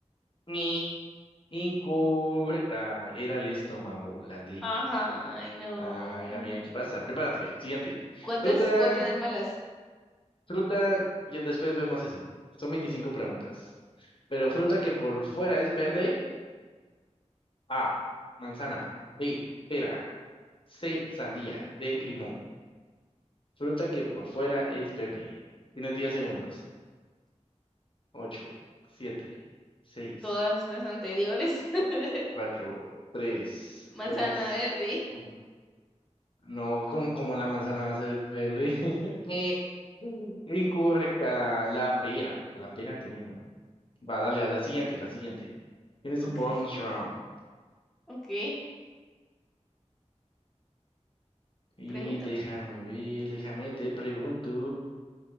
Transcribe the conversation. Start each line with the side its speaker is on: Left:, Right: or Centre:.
Left: Ni. Incorrecta. Era el estómago, la D.
Centre: Ajá, ay no.
Left: Ay, amiga, ¿qué pasa? Prepárate, güey. Siguiente.
Centre: ¿Cuántas
Left: Fruta,
Centre: puedo tener malas?
Left: fruta, y después vemos eso. Son 25 preguntas. Pero fruta que por fuera es verde. A, manzana. B, pera. C, sandía. D, limón. Fruta que por fuera es verde. Tienes 10 segundos. 8, 7, 6,
Centre: todas las anteriores. <laughs>
Left: 4, 3,
Centre: Manzana
Left: 2,
Centre: verde.
Left: 1. No, como, como la manzana va a ser verde. <laughs> Eh, incorrecta. La pera. La pera tiene nombre. Va, dale a la siguiente, la siguiente. Tienes
Centre: Ok,
Left: un bonus round.
Centre: ok.
Left: Y
Centre: Pregúntame.
Left: déjame ver, déjame, te pregunto.